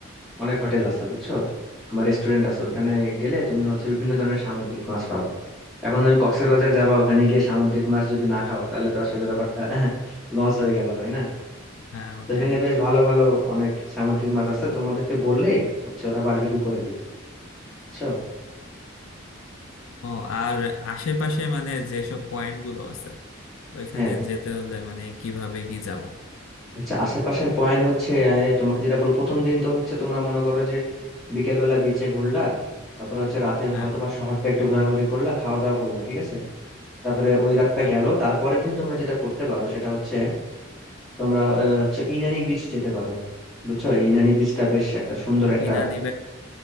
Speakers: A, in the centre; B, on the left (about 80°).
A: অনেক হোটেল আছে বুঝছো তোমার রেস্টুরেন্ট আছে ওখানে গেলে তুমি হচ্ছে বিভিন্ন ধরনের সামুদ্রিক মাছ পাবা এখন তুমি কক্সবাজার যাবা ওখানে গিয়ে সামুদ্রিক মাছ যদি না খাও তাহলে তো আসলে ব্যাপারটা <laughs> লস হয়ে গেল তাই না
B: হ্যাঁ
A: তো
B: ওটাই
A: এখানে বেশ ভালো ভালো অনেক সামুদ্রিক মাছ আছে তোমাদেরকে বললেই হচ্ছে ওরা বারবিকিউ করে দিবে বুঝছো
B: ও আর আশেপাশে মানে যেসব পয়েন্ট গুলো আছে ওইখানে
A: হ্যাঁ
B: যেতে হলে মানে কিভাবে কি যাব
A: আচ্ছা আশেপাশের পয়েন্ট হচ্ছে আহ, তোমাকে যেটা বলবো প্রথম দিন তো হচ্ছে তোমরা মনে করো যে বিকেল বেলা বিচে ঘুরলা তারপরে হচ্ছে রাতে
B: হ্যাঁ
A: হয়তো বা শহরটা একটু ঘোরাঘুরি করলা খাওয়া দাওয়া করলা ঠিক আছে তারপরে ওই রাতটা
B: হ্যাঁ
A: গেল তারপরের দিন তোমরা যেটা করতে পারো সেটা হচ্ছে তোমরা আহ, হচ্ছে ইনানি বিচ যেতে পারো বুঝছো এই ইনানি বিচটা বেশ একটা সুন্দর একটা
B: ইনানি